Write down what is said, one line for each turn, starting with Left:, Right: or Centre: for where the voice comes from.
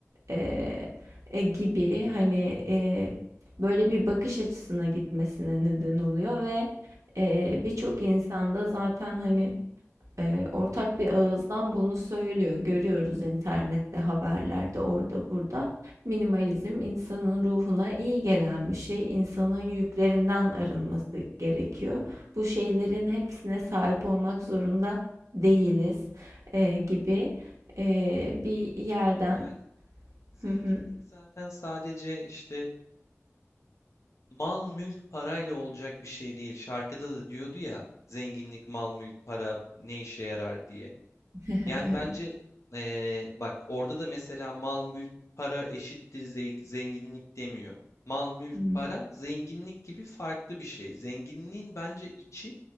Right: eee, e, gibi hani eee, böyle bir bakış açısına gitmesine neden oluyor ve eee, birçok insanda zaten hani eee, ortak bir ağızdan bunu söylüyor. Görüyoruz internette, haberlerde, orada burada. Minimalizm insanın ruhuna iyi gelen bir şey. İnsanın yüklerinden arınması gerekiyor. Bu şeylerin hepsine sahip olmak zorunda değiliz eee, gibi eee, bir yerden.
Left: Evet yani zenginlik
Right: <laughs>
Left: zaten sadece işte mal mülk parayla olacak bir şey değil. Şarkıda da diyordu ya zenginlik mal mülk para ne işe yarar diye.
Right: <laughs>
Left: Yani bence eee, bak orada da mesela mal mülk para eşittir ze- zenginlik demiyor. Mal mülk
Right: Hımm.
Left: para zenginlik gibi farklı bir şey. Zenginliğin bence içi